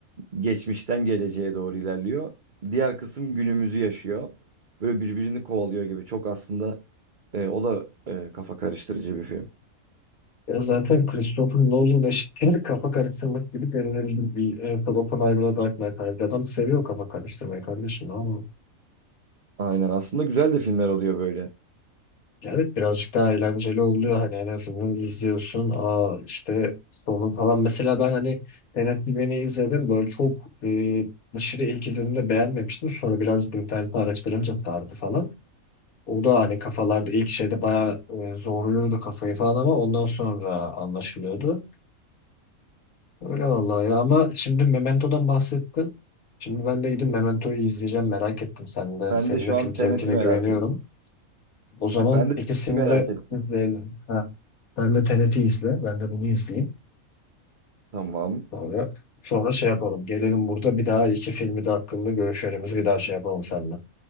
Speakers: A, on the right; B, on the left.
A: geçmişten geleceğe doğru ilerliyor. Diğer kısım günümüzü yaşıyor. Böyle birbirini kovalıyor gibi. Çok aslında e, o da e, kafa karıştırıcı bir film.
B: Ya zaten Christopher Nolan eşittir kafa karıştırmak gibi denilebilir bir e, Oppenheimer'la Dark Knight Rises. Adam seviyor kafa karıştırmayı kardeşim ama
A: Aynen aslında güzel de filmler oluyor böyle.
B: ya evet birazcık daha eğlenceli oluyor hani en azından izliyorsun aa işte sonu falan mesela ben hani Tenet izledim böyle çok e, aşırı ilk izlediğimde beğenmemiştim sonra birazcık internette araştırınca sardı falan o da hani kafalarda ilk şeyde bayağı e, zorluyordu kafayı falan ama ondan sonra anlaşılıyordu Öyle vallahi ya ama şimdi Memento'dan bahsettin. Şimdi ben de gidip Memento'yu izleyeceğim merak ettim sen de.
A: Ben
B: Senin
A: de şu
B: de film
A: an Tenet'i
B: zevkine
A: merak
B: güveniyorum.
A: ettim.
B: O zaman
A: Ben de Tenet'i
B: ikisini
A: merak
B: de
A: ettim.
B: izleyelim. Ha. Sen de TRT izle. Ben de bunu izleyeyim.
A: Tamam.
B: Sonra sonra şey yapalım. Gelelim burada bir daha iki filmi de hakkında görüşlerimizi bir daha şey yapalım seninle.